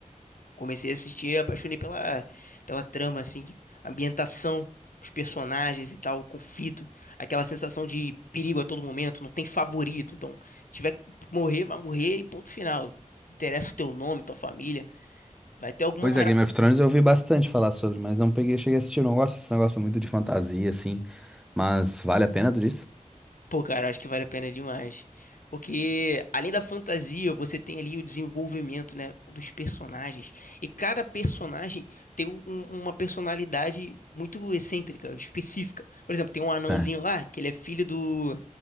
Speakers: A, on the left; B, in the centre.
A: Comecei a assistir, apaixonei pela, pela trama, assim, ambientação, os personagens e tal, o conflito, aquela sensação de perigo a todo momento, não tem favorito. Então, tiver que morrer, vai morrer e ponto final. Não Interessa o teu nome, tua família. Vai ter alguma
B: Pois é, Game of Thrones eu ouvi bastante falar sobre, mas não peguei, cheguei a assistir, eu não gosto desse negócio muito de fantasia assim, mas vale a pena tu disse?
A: Pô, cara, acho que vale a pena demais. Porque além da fantasia, você tem ali o desenvolvimento, né, dos personagens. E cada personagem tem um- um- uma personalidade muito excêntrica, específica. Por exemplo, tem um anãozinho
B: Certo.
A: lá, que ele é filho do,